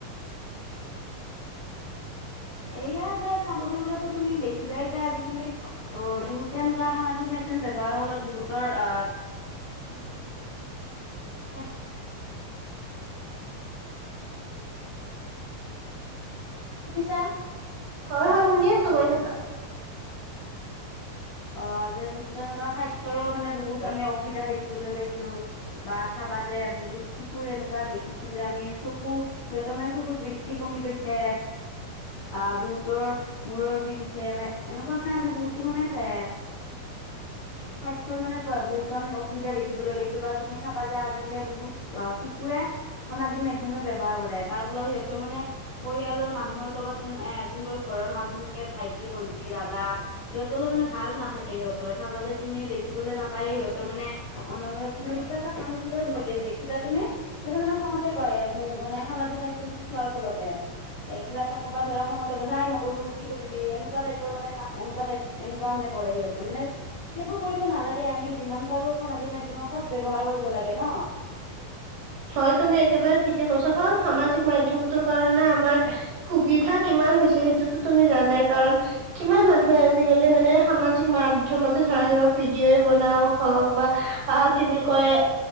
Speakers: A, on the left; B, on the right.
A: <inaudible> এয়া, যে চাবলৈ গ'লেতো তুমি দেখিবাই। যে আজিকালি অ' বহুতে এনেকুৱা সামাজিক মাধ্যম ব্যৱহাৰৰ ফলত, বহুতৰ আহ
B: <inaudible>
A: আচ শুনিছা?
B: হয় হয় শুনি আছো গৈ থাকা।
A: অ' যে বহুতো এনেকুৱা স্বাস্থ্যৰো মানে বহুত আমি অসুবিধা দেখিবলৈ পাইছো বা পা যে বহুত শিশুৰ এনেকুৱা দেখিছো যে আমি চকু সিহতমে চকু দৃষ্টি কমি গৈছে। অ' বহুতৰ মূৰৰ বিষ উঠে ম এনেকুৱা তামানে আমি বহুতো মানে এ স্বাস্থ্যৰ মানে বহুতো আমি অসুবিধা দেখিবলৈ পাইছো বা তুমি চাবা যে আজিকালি বহুত অ' শিশুৱে সামাজিক মাধ্যমে ব্যৱহাৰ কৰে, তাৰ ফলত সিহতৰ মানে পৰিয়ালৰ মানুহৰ লগত মানে এ যোনবোৰ ঘৰৰ মানু থাক <unintelligible> ভাইটি, ভণ্টি, দাদা, সিহঁত <unintelligible> মানে ভাল নাথাকে সিহঁতৰ, চাবা যে তুমি দেখিবলৈ পাবাইয়ে সিহঁতৰ মানে অনবৰতে মানে কিবা এটা <unintelligible> দেখিবা তুমি। সিহত মানে খঙতে কয়' ম মানে সামাজিক মাধ্যমটো চোৱাৰ ফলতে। এ, কিবা এটা কবা ধৰা খঙতে নাই নকৰো কি কৰিবি, এনেকুৱা টাইপৰ মানে। এনেকুৱা টাইপ এনেকুৱা মানে কৰে সিহঁতে মানে সেইবোৰ কৰিব নালাগে। আমি যিমান পাৰো সামাজিক মাধ্য তোমাৰ স'ত ব্যৱহাৰ কৰিব লাগে ন।
B: হয়, তুমি একেবাৰে ঠিকে কৈছা কাৰণ সামাজিক মাধ্যমটোৰ কাৰণে আমাৰ সুবিধা কিমান হৈছে সেইটোতো তুমি জানাই কাৰণ কিমান মানুহে আজিকালি মানে সামাজিক মাধ্যমতে ধৰা কিব ভিডিঅ বনাও হওক বা কি বুলি কয়